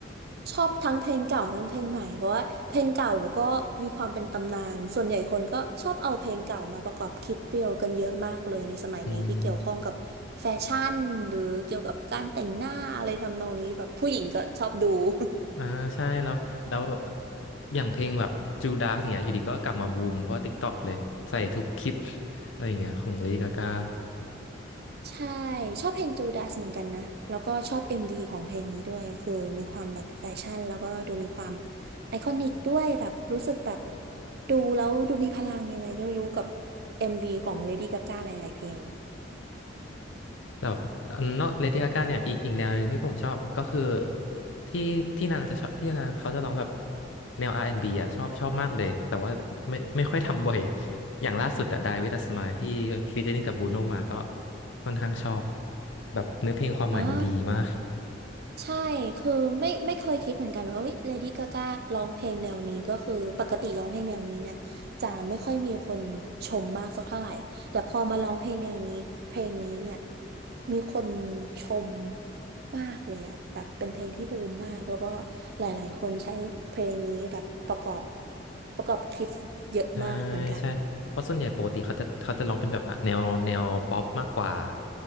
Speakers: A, on the right (about 55°); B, on the left (about 80°).
A: ชอบทั้งเพลงเก่าทั้งเพลงใหม่เพราะว่าเพลงเก่าก็มีความเป็นตำนานส่วนใหญ่คนก็ชอบเอาเพลงเก่ามาประกอบคลิปเรียลกันเยอะมากเลยในสมัยนี้ที่เกี่ยวข้องกับแฟชั่นหรือเกี่ยวกับการแต่งหน้าอะไรทำนองนี้แบบผู้หญิงก็ชอบดู
B: อืม
A: <laughs>
B: อ่าใช่แล้วแล้วอย่างเพลงแบบจูดาสเนี่ยอยู่ดีก็กลับมาบูมเพราะว่า TikTok เลยใส่ทุกคลิป <laughs> อะไรอย่างเงี้ยของลิกาก้า
A: ใช่ชอบเพลง j ูด a สเหมือนกันนะแล้วก็ชอบ MV ของเพลงนี้ด้วยคือมีความแบบแฟชั่นแล้วก็ดูมีความไอคอนิกด้วยแบบรู้สึกแบบดูแล้วดูมีพลังยังไงก็ไม่รู้กับ MV ของเลดี้กาก้าหลายๆเพลง
B: แต่แบบนอกเลดี้กาก้าเนี่ยอีกอีกแนวหนึ่งที่ผมชอบก็คือที่ที่นางจะชอบที่นางเขาจะร้องแบบแนว R&B อนด์บีอ่ะชอบชอบมากเลยแต่ว่าไม่ไม่ค่อยทำบ่อยอย่างล่าสุดแต่ Die With A Smile ที่ฟีเจอริ่งกับบูโนมาก็ค่อนข้างชอบแบบเนื้อเพลงความหมายมันดีมาก
A: อ่าใช่คือไม่ไม่เคยคิดเหมือนกันว่าเฮ้ยเลดี้กากร้องเพลงแนวนี้ก็คือปกติร้องเพลงแนวนี้เนี่ยจะไม่ค่อยมีคนชมมากสักเท่าไหร่แต่พอมาร้องเพลงแนวนี้เพลงนี้เนี่ยมีคนชมมากเลยอะแบบเป็นเพลงที่บูมมากแล้วก็หลายๆคนใช้เพลงนี้แบบประกอบประกอบคลิปเยอะมากเหมือนกัน
B: ใช่ใช่เพราะส่วนใหญ่ปกติเขาจะเขาจะร้องเป็นแบบแนวแนวป๊อปมากกว่า